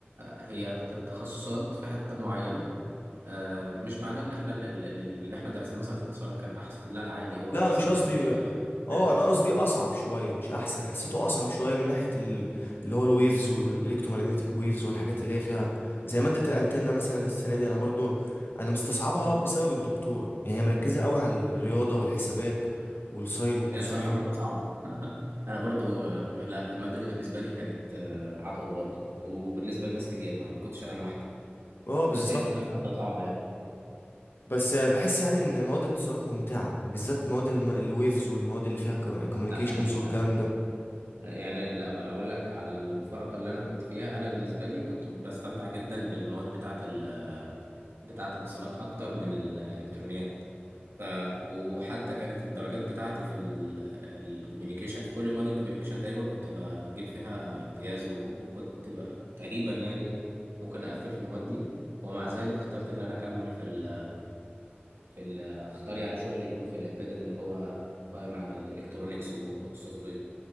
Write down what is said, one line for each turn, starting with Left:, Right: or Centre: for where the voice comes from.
Right: هي تخصصات في حتة معينة آه، مش معناه ان احنا ال- ال- اللي احنا درسناه مثلا في اتصالات كان احسن لا عادي هو
Left: لا
Right: حاسبات
Left: انا مش قصدي
Right: برضو بياخدوا حاجات
Left: اه
Right: كويسة
Left: انا قصدي اصعب شويه مش احسن حسيته اصعب شويه من ناحيه ال... اللي هو الويفز والالكترومagnetic ويفز والحاجات اللي هي فيها زي ماده الانتنه مثلا السنه دي انا برضو انا مستصعبها بسبب الدكتوره يعني هي مركزه قوي على الرياضه والحسابات والساين والكوزاين
Right: هي بصراحة مادة صعبة <laughs> انا برضو آه، لا المادة دي بالنسبة لي كانت آه، عقبة برضو وبالنسبة لناس كتير ما ما كنتش انا لوحدي
Left: اه بالظبط
Right: بس هي فعلا مادة صعبة يعني
Left: بس بحس يعني ان مواد الاتصالات ممتعه بالذات مواد الم... الويفز والمواد اللي فيها كوميونيكيشنز
Right: ده حقيقي
Left: والكلام
Right: فعلا.
Left: ده
Right: يعني لو لو اقول لك على المفارقه اللي انا كنت فيها انا بالنسبه لي كنت بستمتع جدا بالمواد بتاعه ال بتاعه الاتصالات اكتر من الالكترونيات ف وحتى كانت الدرجات بتاعتي في الكوميونيكيشن في كل مواد الكوميونيكيشن تقريبا كنت بجيب فيها امتياز وكنت ب... تقريبا يعني ممكن اقفل في المواد دي ومع ذلك اخترت ان انا اكمل في ال... في ال... اختار يعني شغل يكون في الامبيدد اللي هو قائم على الالكترونيكس والسوفت وير